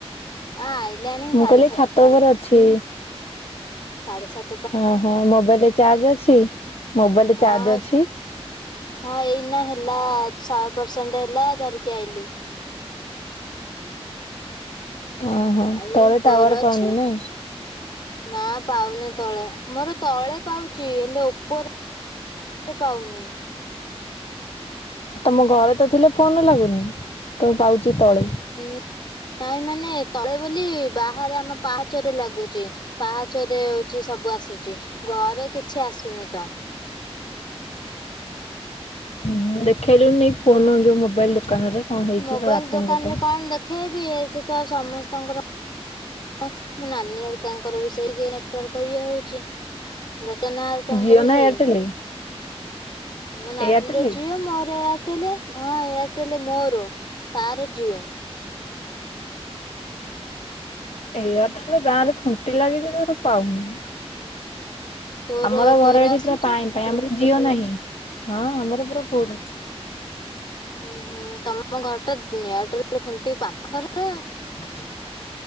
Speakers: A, on the left; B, on the left.
A: ଆଁ ଆଇଲାଣି ସାଢେ
B: କହିଲି
A: ସାତଟା
B: ଛାତ ଉପରେ
A: ଏଳୁ
B: ଅଛି।
A: ସାଢେ ସାତ
B: ହଁ ହଁ ମୋବାଇଲରେ ଚାର୍ଜେ ଅଛି ମୋବାଇଲରେ
A: ହଁ।
B: ଚାର୍ଜେ ଅଛି।
A: ହଁ ଏଇନା ହେଲା ଶହେ ପରସେଣ୍ଟ ହେଲା ଧରିକି ଆଇଲି।
B: ଓହୋ
A: ଆଉ
B: ତଳେ
A: ତୋର
B: ଟାୱାର
A: ଅଛି?
B: ପାଉନି ନା।
A: ନା ପାଉନି ତଳେ ମୋର ତଳେ ପାଉଚି ହେଲେ ଓପରେ ପାଉନି।
B: ତମ ଘରେ ତ ଥିଲେ ଫୋନ ଲାଗୁନି ତ ପାଉଚି ତଳେ।
A: ଉଁ ନାଇଁ ମାନେ ତଳେ ବୋଲି ବାହାରେ ଆମ ପାହାଚରେ ଲାଗୁଚି। ପାହାଚରରେ ହୋଚି ସବୁ ଆସୁଚି ଘରେ କିଛି ଆସୁନି ତ।
B: ହୁଁ ଦେଖେଇଲୁନି ଫୋନ ଯୋଉ ମୋବାଇଲ ଦୋକାନରେ। କଣ ହେଇଛି
A: ମୋବାଇଲ
B: ତୋ ବାପାଙ୍କ
A: ଦୋକାନରେ
B: ପାଇଁ।
A: କଣ ଦେଖେଇବି ଏଇଠି ତ ସମସ୍ତଙ୍କର ମୋ ନାନୀ ଘରିଙ୍କର ବି ସେଇ ନେଟୱାର୍କ ଇଏ ହୋ ଉଚି। ରଚନା ଆ ହରିକାଙ୍କର
B: ଜିଓ
A: ବି
B: ନା
A: ସେଇ।
B: ଏୟାରଟେଲ
A: ମୋ ନାନୀ
B: ଏୟାରଟେଲ
A: ର ଜିଅ ମୋର ଏୟାରଟେଲେ ହଁ ଏୟାରଟେଲେ ମୋର ତାର ଜିଅ।
B: ଏୟାରଟେଲେ ଗାଁରେ ଖୁଣ୍ଟି ଲାଗିଚି ତୋର ପାଉନି।
A: ତୋର
B: ଆମର ଘରେ
A: ତୋର
B: ଏଠି
A: ଆସୁଛି।
B: ପୁରା ପାଇଁ। ପାଇଁ ଆମର ଜିଅ ନାହିଁ ହଁ ଆମର ପୁରା ଫୁଲୁ।
A: ଉଁ ହୁଁ ତମ ଘର ଟା ନେୟାରଟେଲ ଖୁଣ୍ଟି ପାଖରେ।
B: <inaudible>